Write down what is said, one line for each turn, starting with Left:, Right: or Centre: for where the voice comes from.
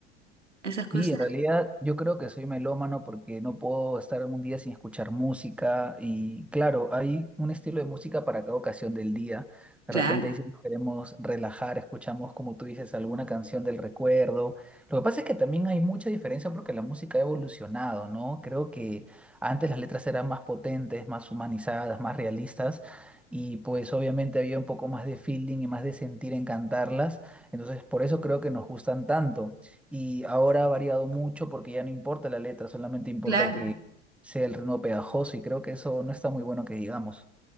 Right: Esas cosas,
Centre: Y en realidad yo creo que soy melómano porque no puedo estar un día sin escuchar música y claro, hay un estilo de música para cada ocasión del día. De
Right: claro,
Centre: repente dicen que queremos relajar, escuchamos como tú dices alguna canción del recuerdo. Lo que pasa es que también hay mucha diferencia porque la música ha evolucionado, ¿no? Creo que antes las letras eran más potentes, más humanizadas, más realistas y pues obviamente había un poco más de feeling y más de sentir en cantarlas. Entonces por eso creo que nos gustan tanto. Y ahora ha variado mucho porque ya no importa la letra, solamente importa
Right: claro.
Centre: que sea el ritmo pegajoso y creo que eso no está muy bueno que digamos.